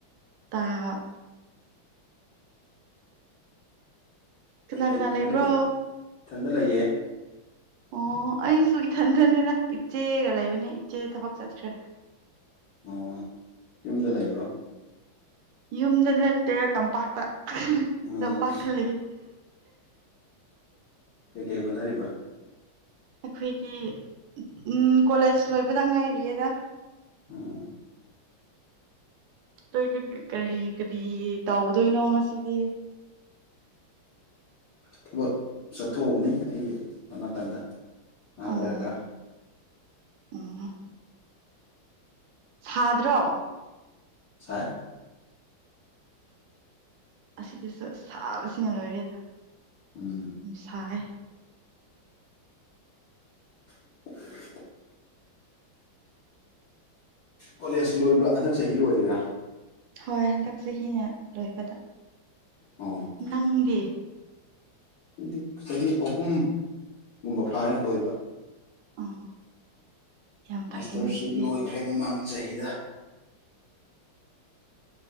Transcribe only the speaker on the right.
ꯇꯥ ꯀꯅꯥ
ꯀꯅꯥ
ꯂꯩꯕ꯭ꯔꯣ
ꯑꯣ ꯑꯩꯁꯨ ꯏꯊꯟꯗꯅꯤꯗ ꯏꯆꯦꯒ ꯂꯩꯕꯅꯦ ꯏꯆꯦ ꯊꯕꯛ ꯆꯠꯈ꯭ꯔꯦ
ꯌꯨꯝꯗ ꯅꯠꯇꯦ ꯇꯝꯄꯥꯛꯇ
ꯇꯝꯄꯥꯛꯇ ꯂꯩ
ꯑꯩꯈꯣꯏꯗꯤ ꯎꯝ ꯀꯣꯂꯦꯖ ꯂꯣꯏꯕꯗ ꯉꯥꯏꯔꯤꯑꯦꯗ
ꯅꯣꯏꯗꯤ ꯀꯔꯤ ꯀꯔꯤ ꯇꯧꯗꯣꯏꯅꯣ ꯉꯁꯤꯗꯤ
ꯎꯝ
ꯎꯝ ꯁꯥꯗ꯭ꯔꯣ
ꯑꯁꯤꯗꯁꯨ ꯁꯥꯕꯁꯤꯅ ꯂꯣꯏꯔꯦꯗ
ꯁꯥꯏꯑꯦ
ꯍꯣꯏ ꯍꯟꯗꯛ ꯆꯍꯤꯅ ꯂꯣꯏꯕꯗ
ꯅꯪꯗꯤ
ꯎꯝ ꯌꯥꯝ
ꯐꯩꯌꯦꯅꯦ ꯑꯗꯨꯗꯤ